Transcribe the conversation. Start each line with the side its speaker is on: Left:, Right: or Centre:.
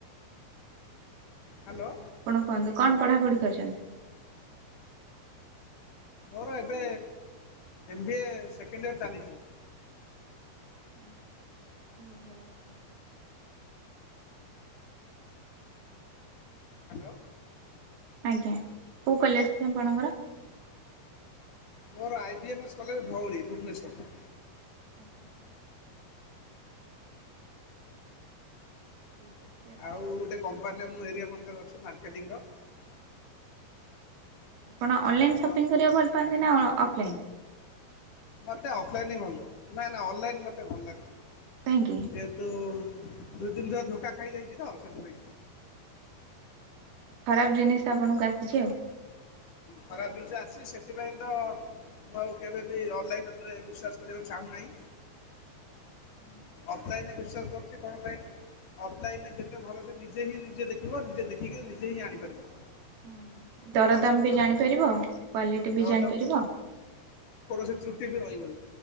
Left: ହ୍ୟାଲୋ
Right: ଆପଣ କୁହନ୍ତୁ କଣ ପଢାପଢି କରିଚନ୍ତି?
Left: ମୋର ଏବେ M B A second year ଚାଲିଚି।
Right: ଆଜ୍ଞା ବହୁତ ଭଲ କଥା।
Left: ହାଲୋ।
Right: ଆଜ୍ଞା କୋଉ କଲେଜଟା ଆପଣଙ୍କର?
Left: ମୋର I B M S college Dhauli, Bhubaneswar.
Right: <unintelligible> ଠିକ୍ ଅ
Left: ଆଉ ଗୋଟେ କମ୍ପାନୀର ଏରିଆ ମାନଜର ଅଛି ମାର୍କେଟିଙ୍ଗର।
Right: ଆପଣ ଅନଲାଇନ
Left: ତ
Right: ସପିଂ କରିବାକୁ ଭଲ ପାଆନ୍ତି ନା ଅ ଅ ଅଫଲାଇନ୍?
Left: ମତେ ଅଫଲାଇନ୍ ହିଁ ଭଲ ନାଇଁ ନଁ ଅନଲାଇନ୍ ମତେ ଭଲ ଲାଗେନା
Right: କାହିଁକି?
Left: ଯେ ତୁ ଦୁଇ ତିନିଥର ଧୋକା ଖାଇଯାଇଛି ତ ସେଥିପାଇଁ।
Right: ଖରାପ ଜିନିଷ ଆପଣଙ୍କୁ ଆସିଛି ଆଉ।
Left: ଖରାପ ଜିନିଷ ଆସିଛି ସେଥିପାଇଁ ତ ମୁଁ ଆଉ କେବେ ବି ଅନଲାଇନ୍ ଉପରେ ବିଶ୍ୱାସ କରିବାକୁ ଚାହୁଁନାହିଁ।
Right: ହୁଁ।
Left: ଅଫ୍ଲାଇନରେ ବିଶ୍ଵାସ କରୁଛି କଣ ପାଇଁ ନା ଅଫଲାଇନ ରେ ଯେତେ ଭଲ ସେ ନିଜେ ହିଁ ନିଜେ ଦେଖିବ ନିଜେ ଦେଖିକି ନିଜେ ହିଁ ଆଣିପାରିବ।
Right: ହୁଁ ଦରଦାମ
Left: କୌଣସି
Right: ବି
Left: ତ୍ରୁଟି
Right: ଜାଣିପାରିବ କ୍ଵାଲିଟି
Left: ଧର
Right: ବି ଜାଣିପାରିବ।
Left: ତ କୌଣସି ତ୍ରୁଟି ବି ରହିବନି।